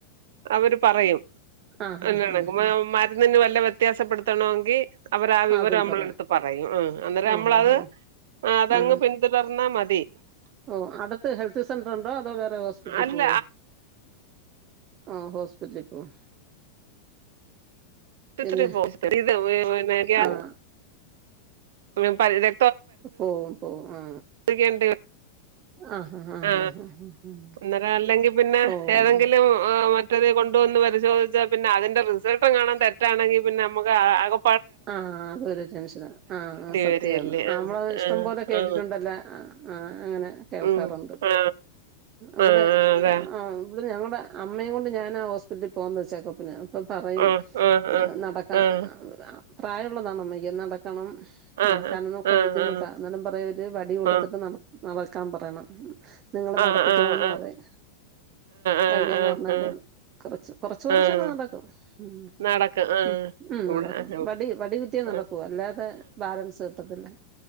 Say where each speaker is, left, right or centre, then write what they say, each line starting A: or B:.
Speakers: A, on the right (about 55°); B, on the right (about 35°).
A: അവര് പറയും
B: ആ ഹാ
A: ബില്ലടക്കും
B: ഹാ ഹാ
A: മരുന്നിന് വല്ല വ്യത്യാസപ്പെടുത്തണോങ്കി അവരാ ആ വിവരം
B: അതും
A: നമ്മളടുത്ത്
B: പറ
A: പറയും ഉം അന്നേരം
B: ഓ
A: നമ്മളത്
B: ഹോ ഹോ
A: അതങ്ങ്
B: ആ
A: പിൻ ഇത് പറഞ്ഞ മതി
B: ഓ അടുത്ത് ഹെൽത്ത് സെന്റർ ഉണ്ടോ അതോ വേറെ ഹോസ്പിറ്റലിൽ
A: അല്ല
B: പോവോ ആ ഹോസ്പിറ്റൽ പോവും
A: റ്റ്
B: പിന്നെ
A: ത്ര പോവും
B: ആ
A: <unintelligible> വെ പനിടെ
B: പോവുംപോവും ആ
A: പരിശോധിക്കേണ്ടി
B: ആഹ് ആഹ് ആഹ്
A: ആ
B: ആഹ് ആഹ് ആഹ് ഉം
A: അന്നേരം അല്ലെങ്കി പിന്നെ
B: ഓഹ്
A: ഏതെങ്കിലും മ റ്റേത് കൊണ്ടുവന്ന്. പരിശോധിച്ച പിന്നെ. അതിന്റെ റിസൾട്ടങ്ങാനും. തെറ്റാണങ്കി പിന്നെ നമുക്ക് ആകെ..
B: ആ. അതൊരു ടെൻഷന. ആ ആസത്യാണ്
A: വരികല്ലേ
B: ആ നമ്മളത് ഇഷ്ടം
A: ആ
B: പോലെ കേട്ടിട്ടുണ്ടല്ല.
A: ആ
B: ആ.. ഉം അങ്ങനെ. കേൾക്കാറുണ്ട്.
A: ഉം ആ
B: ഇവടെ..
A: ആ അതെ
B: ആ ഇവിടെ. ഞങ്ങടെ അമ്മയും കൊണ്ട്. ഞാനാ ഹോസ്പിറ്റലിൽ പോന്നത് ചെക്കപ്പിന അ പ്പൊ പറയും
A: ആ ആ ആ
B: നടക്കാം
A: ആ
B: പ്രായള്ളതാണ് അമ്മക്ക്‌ നടക്കണം
A: ആഹ്
B: നടക്കാനന്നൊക്കെ
A: ആഹ്
B: ബുദ്ധിമുട്ടാ എന്നാലും പറയൊര് വടി കൊടുത്തിട്ട്
A: ആഹ്
B: നട നടക്കാൻ പറയണം.. നിങ്ങള്
A: ആഹ്
B: നടത്തിക്കണോന്ന്
A: ആഹ് ആഹ്
B: പറയു.
A: ആഹ് ആഹ്
B: വയ്യാന്ന്
A: ആഹ് ആഹ്
B: പറഞ്ഞാലും കൊറച്ച് കൊറച്ച് കൊറച്ചൊക്കെ
A: ആഹ് ആഹ്
B: നടക്കും.. മ്മ്
A: നടക്കും ആഹ്
B: മ്മ് ഹും
A: ഇവിടെ
B: നടക്കും.
A: ആഹ്
B: വടി വടി കുത്തിയേ നടക്കു
A: ആഹ്
B: അല്ലാതെ ബാലൻസ് കിട്ടത്തില്ല..